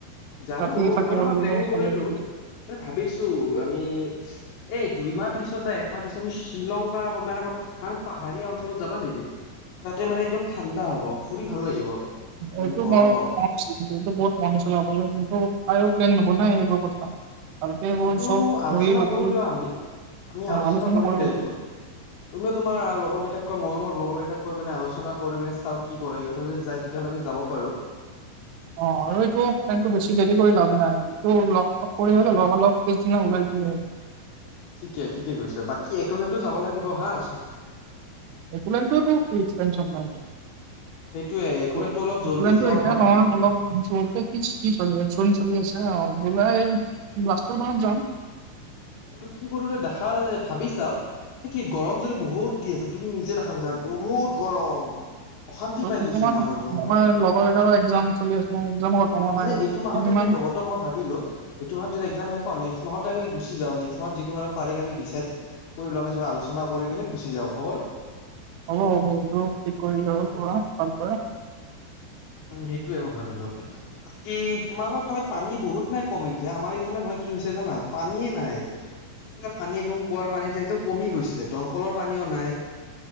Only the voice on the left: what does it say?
জানো
হেনেকুৱা মই
প্লেনিং
কৰিলো
মানে ভাবিছো আমি এই দুইমাহ পিছত বা একমাহ পিছত আমি শ্বিলং বা ক'বা এনেকুৱা মানে পাহাৰীয়া অঞ্চলত যাবা নেকি তাতে মানে একদম ঠাণ্ডা হব ফুৰি ভাল লাগিব মানে
গৰমত।
এইটো
আলোচনা
কৰো দিয় আমি আমি
আলোচনা কৰিম
দে
এইটো তুমিও তোমাৰ লগৰ কেইটা তাত কয় মই মোৰ লগৰ কেইটাক কৈ পিনে আলোচনা কৰি পিনে চাওঁ কি কৰে ইহতে যদি যাই তেতিয়াহ'লে আমি যাব পাৰো
ঠিকে ঠিকে কৈছে বাকী এক'লেন্ডো যাব লাগিব হা চব
সেইটোয়ে একলেনটো
অলপ
জল্দি
যাব
ভাল
ভাবিছো
এইটো কি কৰো যে দেখা ভাবি চাও এই কি গৰম যদি বহুত দি আছে তুমি নিজে দেখ তাপিচত বহুত গৰম অশান্তি
পাই
গৈছো মই অ বন্ধু
মানে
এইটো মাহতে
শেষ হব তো মই ভাবিলো এইটো মাহত যদি একজাম শেষ হয় নেক মাহতে আমি গুচি কিজা নেক্সট মাহতযিকোনো এটা তাৰিখ আমি ডিচাইড কৰি লোৱা পিছত আলোচনা কৰি কিনে গুচি যাও। হ'বনে?
উম সেইটোয়ে মই ভাবিলো। বাকী তোমালোকৰ ফালে পানী বহুত নে কমিল যে আমাৰ এইফালে নহয় কি হৈছে জানা পানীয়ে নাই পানী একদম কুঁৱাৰ পানী যে এইটো কমি গৈছে দমকলৰ পানীও নাই